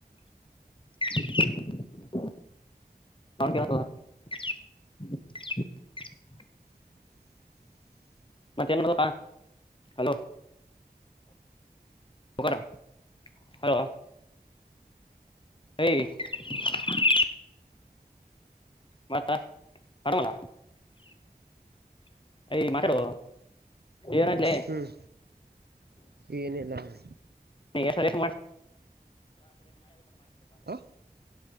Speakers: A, on the left (about 30°); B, on the right (about 80°).
A: <unintelligible> <unintelligible> ಮತ್ತೆ ಎಂಗಾ ನಡದಾದ ಪಾ ಹಲೋ. <unintelligible> ಹಲೋ. ಐ <unintelligible> ಮತ್ತ ಹರಮಲ. ಏ ಮಾತಾಡು. ಏನಂತಲೇ
B: ಹ್ಮ್ ಏನಿಲ್ಲ ಅಣ್ಣ.
A: <unintelligible>
B: ಆ